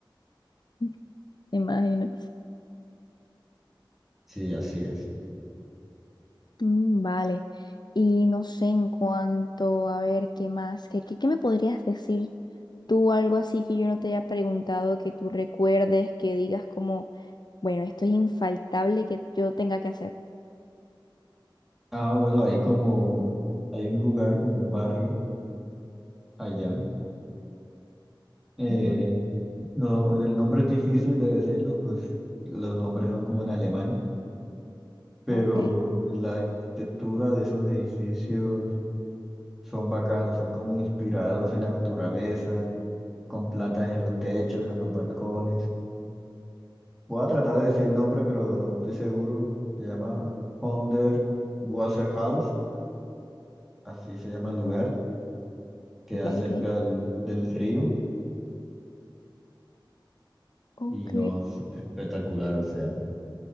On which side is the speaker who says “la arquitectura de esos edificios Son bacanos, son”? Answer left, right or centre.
Centre